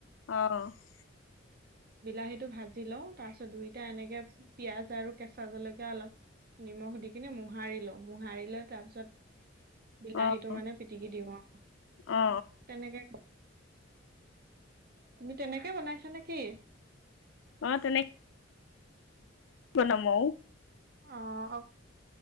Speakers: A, on the left; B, on the right.
A: অ অ
B: বিলাহীটো ভাজি লওঁ। তাৰ পিছত দুইটাই এনেকে পিয়াঁজ আৰু কেঁচা জলকীয়া অলপ নিমখ দি কিনে মোহাৰি লও মোহাৰি লৈ তাৰপিছত বিলাহীটো
A: অ
B: মানে পিটিকি দিওঁ আও
A: অ
B: তেনেকে তুমি তেনেকে বনাইছা নেকি
A: অ অ তেনেকে বনাম আও
B: অহ